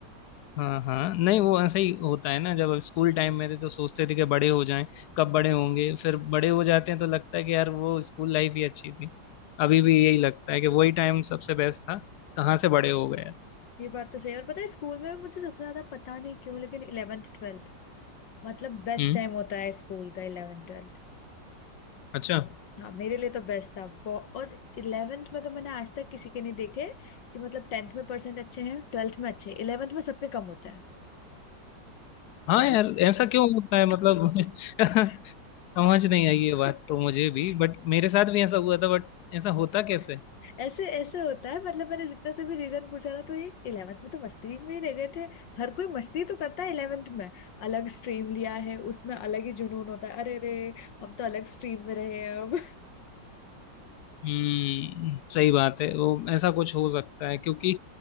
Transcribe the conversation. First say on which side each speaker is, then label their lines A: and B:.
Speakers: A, on the left (about 70°); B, on the left (about 80°).
A: हाँ हाँ नहीं वो ऐसा ही होता है ना जब स्कूल टाइम में थे तो सोचते थे कि बड़े हो जाएं कब बड़े होंगे फिर बड़े हो जाते हैं तो लगता है कि यार वो स्कूल लाइफ ही अच्छी थी अभी भी यही लगता है कि वही टाइम सबसे बेस्ट था कहाँ से बड़े हो गए
B: ये बात तो सही है और पता है स्कूल में मुझे सबसे ज्यादा पता नहीं क्यों लेकिन इलेवेंथ ट्वेल्थ मतलब बेस्ट
A: हम्म
B: टाइम होता है स्कूल का इलेवेंथ ट्वेल्थ
A: अच्छा
B: हाँ मेरे लिए तो बेस्ट था बहु- और इलेवेंथ में तो मैंने आज तक किसी के नहीं देखे कि मतलब टेंथ में परसेंट अच्छे हैं ट्वेल्थ में अच्छे इलेवेंथ में सबके कम होते हैं
A: हाँ
B: और
A: यार ऐसा क्यों होता है मतलब <laughs> समझ नहीं आई ये
B: <laughs>
A: बात तो मुझे भी बट मेरे साथ भी ऐसा हुआ था बट ऐसा होता कैसे
B: ऐसे ऐसे होता है मतलब मैंने जितना से भी रीजन पूछा ना तो ये 11th में तो मस्ती में ही रह गए थे हर कोई मस्ती तो करता है 11th में अलग स्ट्रीम लिया है उसमें अलग ही जुनून होता है अरे रे हम तो अलग स्ट्रीम में रहे हैं अब
A: हम्म सही बात है वो ऐसा कुछ हो सकता है क्योंकि